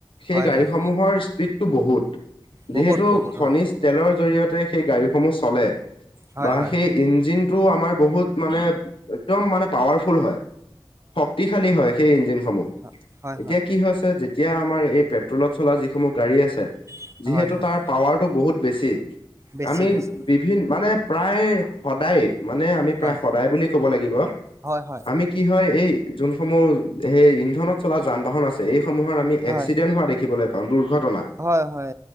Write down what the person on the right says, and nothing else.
হয়
হয়
বহুত বহুত
হয়
হয়
হয়
হয় হয়
হয়
হয় হয়
বেছি
বেছি
হয়
হয় হয়
হয়
হয়, হয়।